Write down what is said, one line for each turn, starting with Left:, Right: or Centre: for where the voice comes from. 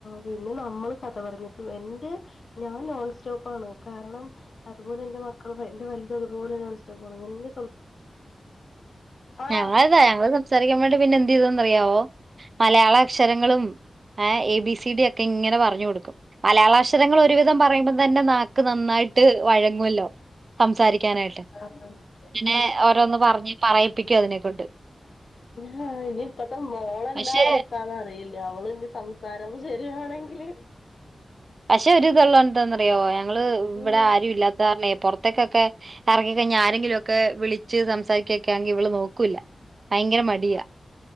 Left: പിന്ന നമ്മള് കഥ പറഞ്ഞിട്ട്ള്ള് എന്റെ ഞാൻ നോൺ സ്റ്റോപ്പാണ് കാരണം അതുപോലെന്റെ മക്കൾപ്പ എന്റെ വലുത് അതുപോലെന്നെ നോൺ സ്റ്റോപ്പ്‌ ആണ് ഇങ്ങനെന്നെ ആഹ്
Right: ഞങ്ങൾ ഇതാ ഞങ്ങള് സംസാരിക്കാൻ വേണ്ടി പിന്നെ എന്ത് ചെയ്തന്ന് അറിയാവോ മലയാള അക്ഷരങ്ങളും ഏ എ ബി സി ഡി യോക്കെ ഇങ്ങനെ പറഞ്ഞു കൊടുക്കും. മലയാളാക്ഷരങ്ങൾ ഒരുവിധം പറയുമ്പം തന്നെ നാക്ക് നന്നായിട്ട് വഴങ്ങുവല്ലോ? സംസാരിക്കാനായിട്ട്
Left: ആ
Right: ഏ ഓരോന്ന് പറഞ്ഞ് പറയിപ്പിക്കും അതിനെക്കൊണ്ട്
Left: ആ ഇനിയിപ്പത്തെ മോളെന്താ
Right: പക്ഷെ
Left: അവസ്ഥന്നറിയില്ല. അവള് ഇനി സംസാരം ശരിയാണെ ല് <unintelligible>
Right: പക്ഷേ ഒരുത്ള്ളോന്താന്നറിയാവോ ഞങ്ങള് ഇവ്ടെ
Left: ഉം
Right: ആരും ഇല്ലാത്ത കാരണേ പൊറത്തേക്കൊക്കെ എറങ്ങിക്കഴിഞ്ഞാ ആരെങ്കിലൊക്കെ വിളിച്ച് സംസാരിക്കൊക്കാണങ്കില് ഇവള് നോക്കൂല്ല. ഭയങ്കര മടിയാ.